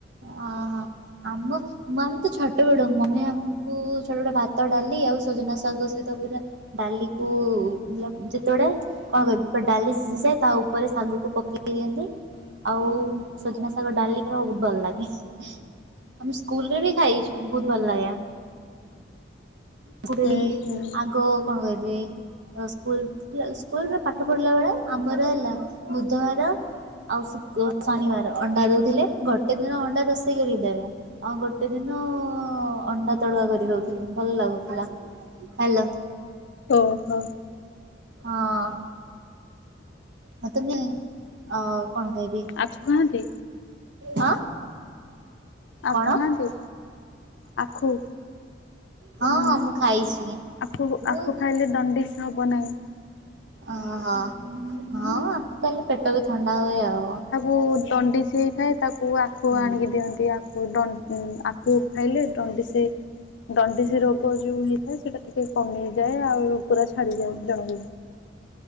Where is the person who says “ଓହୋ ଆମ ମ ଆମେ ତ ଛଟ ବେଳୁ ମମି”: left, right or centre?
Right